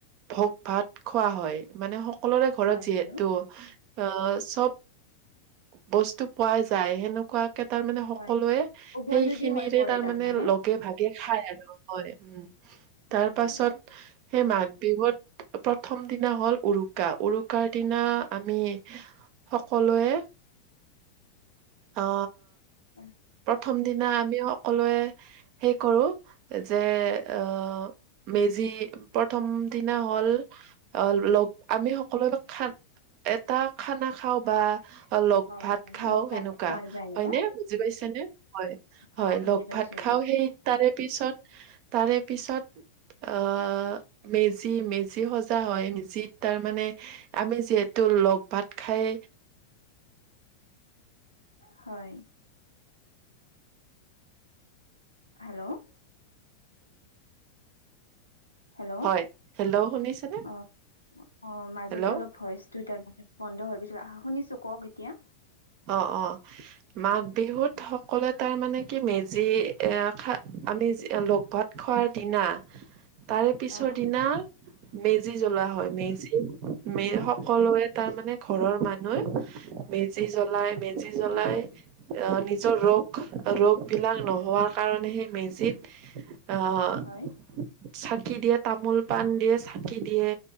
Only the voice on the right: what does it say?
ভোগ ভাত খোৱা হয় মানে সকলোৰে ঘৰত
যিহেতু,
আহ চব বস্তু পোৱা যায় সেনেকুৱা, তাৰ মানে সকলোৱে
সেই
খিনিৰে
তাৰ
মানে লগে ভাগে খায় আৰু হয় উম।
তাৰ
পাছত সেই মাক বিহুত প্ৰথম দিনা হ'ল উৰুকা উৰুকাৰ দিনা আমি সকলোৱে
অ
প্ৰথম দিনা আমি সকলোৱে হে কৰো যে অ মেজি প্ৰথম দিনা হ'ল আহ লগ আমি সকলোৱে খ এটা খানা খাও বা অ লগ
ভাত
খাও
সেনেকুৱা
হয়
নে? বুজি পাইছে নে? হয়। হয়
লগ
ভাত খাও
সেই তাৰে পিছত তাৰে, পিছত অ মে যি মেজি সজা হয় মেজিত তাৰমানানে আমি যিহেতু লগ ভাত খাই
হয় হেল্ল' শুনিছেনে
হেল্ল'
অ অ মাঘ বিহুত সকলোৱে তাৰ মানে কি মেজি এ খ আমি লগ ভাত খোৱাৰ দিনা তাৰে পিছৰ
দিনা মেজি জ্বলোৱা হয় মেজি ম
সকলোৱে তাৰ মানে ঘৰৰ মানুহ মেজি জ্বলাই মেজি
জ্বলাই আহ নিজৰ ৰোগ ৰোগ বিলাক নহোৱাৰ কাৰণে সেই মেজিত আহ
চাকি দিয়ে তামোল পাণ দিয়ে চাকি দিয়ে